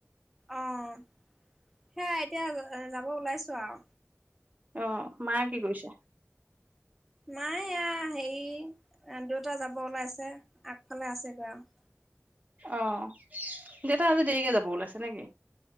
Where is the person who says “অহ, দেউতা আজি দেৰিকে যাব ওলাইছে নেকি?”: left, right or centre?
Right